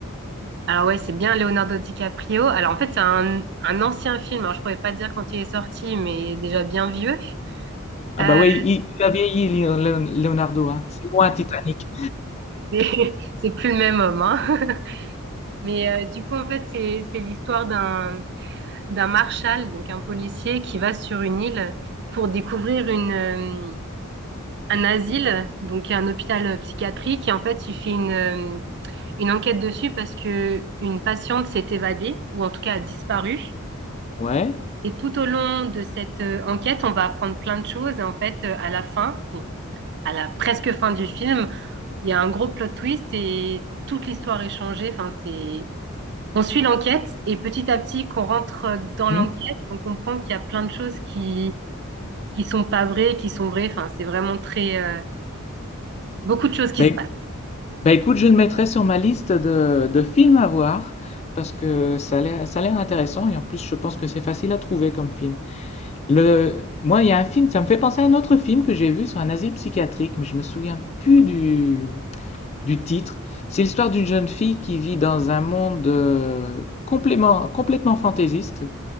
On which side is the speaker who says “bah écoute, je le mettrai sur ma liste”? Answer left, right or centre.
Left